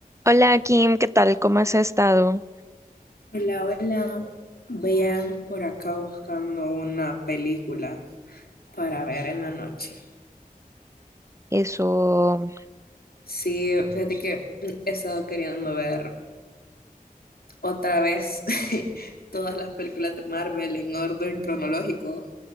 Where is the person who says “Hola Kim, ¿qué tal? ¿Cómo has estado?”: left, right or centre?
Right